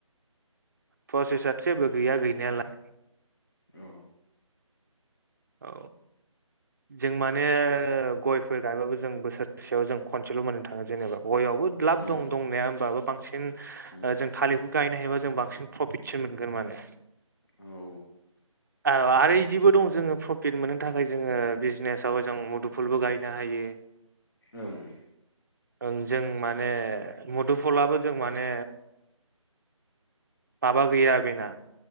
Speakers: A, on the right; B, on the left.
A: प्रसेस जेबो गैया गैनायालाय
B: औ।
A: औ जों माने गयफोर गायबाबो जों बोसोरसेयाव जों खनसेल' मोननो थाङो जेनेबा गयावबो दलाब
B: उम
A: दं दंनाया होमबाबो बांसिन
B: उम
A: ओ जों थालिरखौ गायनो हायोबा जों बांसिन प्रफिटसो मोनगोन माने।
B: औ।
A: ओ आरो इदिबो दं जोङो प्रफिट मोननो थाखाय जोङो बिजनेसाव जों मुदुफुलबो गायनो हायो।
B: ओं।
A: ओं जों माने मुदुफलाबो जों माने माबा गैया बेना